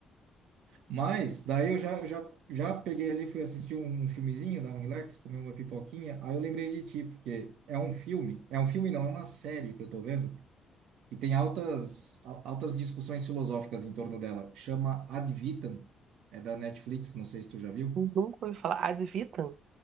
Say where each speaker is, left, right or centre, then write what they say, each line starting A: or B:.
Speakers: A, on the right; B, on the right.
A: Mas daí eu já já já peguei ali, fui assistir um, um filmezinho, dar um relax, comer uma pipoquinha. Aí eu lembrei de ti, porque é um filme, é um filme não, é uma série que eu tô vendo, que tem altas al- altas discussões filosóficas em torno dela. Chama Ad Vitam, é da Netflix, não sei se tu já viu.
B: Nunca ouvi falar. Ad vitam?